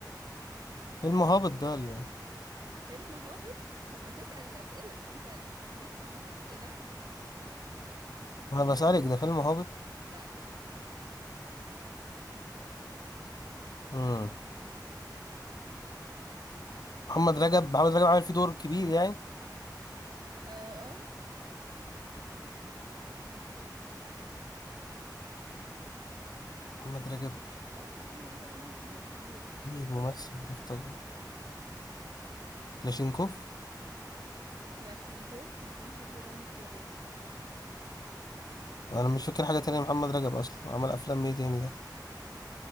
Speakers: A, on the left; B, on the right.
A: فيلم هابط ده اللي
B: فيلم هابط طب ما تسأل الأسئلة مش أنت ليك خمس أسئلة
A: انا بسألك ده فيلم هابط
B: لا
A: امم محمد رجب محمد رجب عامل فيه دور كبير يعني
B: آه آه
A: محمد رجب
B: آه، محمد رجب عامل فيه دور كبير
A: ايه الممثل ده بتاع كلاشينكوف
B: كلاشينكوف ما كانش فيه رامز جلال
A: وانا مش فاكر حاجه تانية محمد رجب اصلا عمل افلام ايه تاني ده